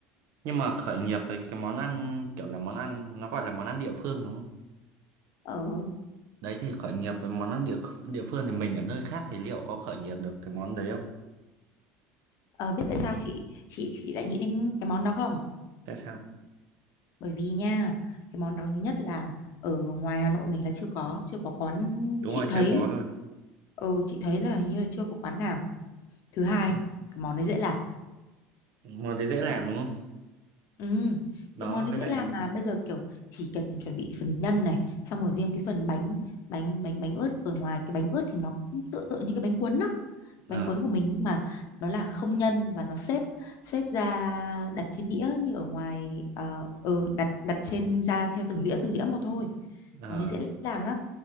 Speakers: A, on the right; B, on the left.
A: Nhưng mà khởi nghiệp với cái món ăn kiểu là món ăn nó gọi là món ăn địa phương đúng không?
B: ờ,
A: Đấy thì khởi nghiệp với món ăn địa địa phương thì mình ở nơi khác thì liệu có khởi nghiệp được cái món đấy không?
B: ờ biết tại sao chị chị chị lại nghĩ đến cái món đó không
A: Tại sao?
B: bởi vì nha cái món đó thứ nhất là ở ngoài Hà Nội mình là chưa có chưa có quán
A: Đúng
B: chị
A: rồi, chưa
B: thấy
A: có luôn.
B: ừ chị thấy là hình như là chưa có quán nào thứ hai
A: Đúng.
B: cái món đấy dễ làm
A: Món đấy dễ làm đúng không?
B: Ừ,
A: Đó
B: cái món đấy
A: với
B: dễ
A: lại
B: làm là bây giờ kiểu chỉ cần chuẩn bị phần nhân này, xong rồi riêng cái phần bánh bánh bánh bánh ướt ở ngoài cái bánh ướt thì nó cũng tựa tựa như cái bánh cuốn đó. Bánh
A: ờ
B: cuốn của mình nhưng mà nó là không nhân và nó xếp xếp ra đặt trên đĩa như ở ngoài ờ, ừ, đặt đặt trên ra theo từng đĩa từng đĩa một thôi.
A: ờ,
B: Món đấy dễ làm lắm,